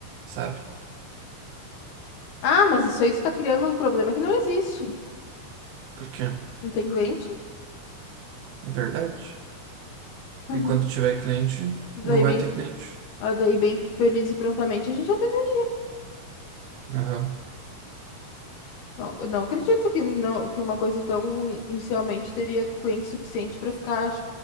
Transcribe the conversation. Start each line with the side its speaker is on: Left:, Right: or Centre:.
Right: sabe?
Left: Ah, mas isso aí tu tá criando um problema que não existe.
Right: Porque é
Left: Não tem cliente?
Right: verdade.
Left: Uhum.
Right: E quando tiver cliente,
Left: Daí
Right: não vai
Left: bem,
Right: ter cliente.
Left: ah, daí bem feliz e prontamente a gente atendeu.
Right: Aham.
Left: Não, eu não acredito que não que uma coisa tão inicialmente teria cliente suficiente pra ficar